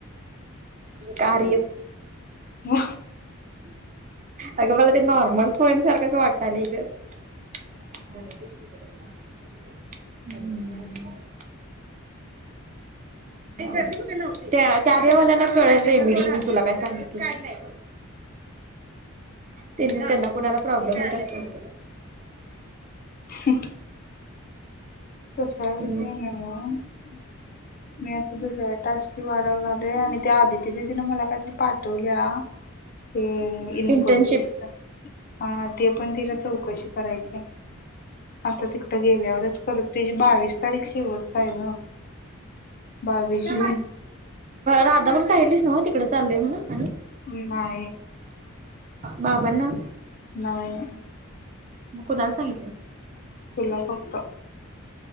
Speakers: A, on the right (about 35°); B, on the left (about 40°).
A: का आ
B: तू
A: अगं मला ते नॉर्मल फोन सारखंच वाटलय ग हम् त्या कार्यावाल्याना कळे रेमेडी मी तुला काय सांगितलं कय त्यांना कोणाला प्रॉब्लेम होत असेल
B: ह तसा विषय
A: हम्म
B: मग मी आता दुसराया तासची वाढ झा आले आणि त्या आदिती दिदीन मला काहीतरी पाठवल्या ते इन्फोसिस
A: इंटर्नशिप
B: हा ते पण तिला चौकशी करायची आता तिकडं गेल्यावरच करत तिची बावीस तारीख शेवटची आहे ग बावीस
A: ह
B: जून
A: राधा म्हण सागितलीस ना तिकडे चालली आहे म्हणा
B: नाही
A: बाबांना
B: नाही
A: मग कोणाला सांगितलं
B: तुला फक्त